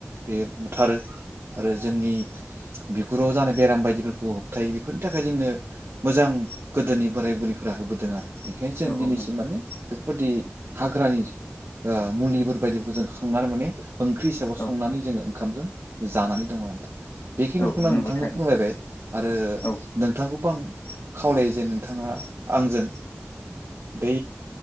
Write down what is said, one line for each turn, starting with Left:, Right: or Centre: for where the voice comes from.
Right: बे बुथारो आरो जोंनि बिगुराव जानाय बेराम बायदिफोरखौ होबथायो बेफोरनि थाखाय जोंनो मोजां गोदोनि बोराय-बुरैफोरा होबोदों आरो बेखायनो जों
Left: औ
Right: दिनैसिम
Left: औ नंगौ
Right: माने बेफोरबायदि हाग्रानि ओ मुलिफोर बायदिफोरखौ जों खांनानै माने ओंख्रि हिसाबै
Left: औ
Right: संनानै जोङो ओंखामजों जानानै दङ आरो नोंथां। बेखिनिखौनो
Left: औ औ
Right: आं
Left: नंगौ
Right: नोंथांनो
Left: थारैनो
Right: फोरमायबाय आरो नों-
Left: औ
Right: नोंथांखौबो आं खावलायो जे नोंथाङा आंजों बै